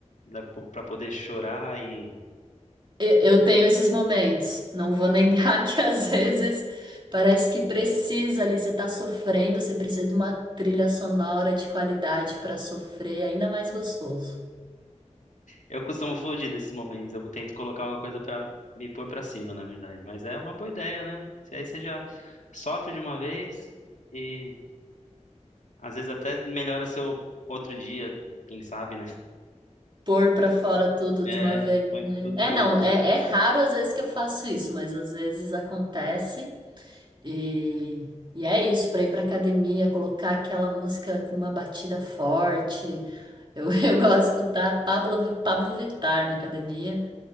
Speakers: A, on the left (about 85°); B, on the right (about 40°).
A: dá pra pra poder chorar e
B: E- Eu tenho esses momentos, não vou negar <laughs> que às vezes parece que precisa ali, você tá sofrendo, você precisa de uma trilha sonora de qualidade para sofrer, ainda mais gostoso.
A: Eu costumo fugir desses momentos. Eu tento colocar uma coisa pra me pôr pra cima, na verdade. Mas é uma boa ideia, né? Se aí você já sofre de uma vez e às vezes até melhora seu outro dia, quem sabe, né?
B: Pôr pra fora tudo
A: É,
B: de uma vez,
A: põe
B: né?
A: tudo
B: É,
A: de
B: não,
A: uma
B: é,
A: vez.
B: é raro às vezes que eu faço isso, mas às vezes acontece. E, e é isso, para ir para academia, colocar aquela música com uma batida forte. Eu, <laughs> eu gosto de escutar Pablo, Vi- Pablo Vittar na academia,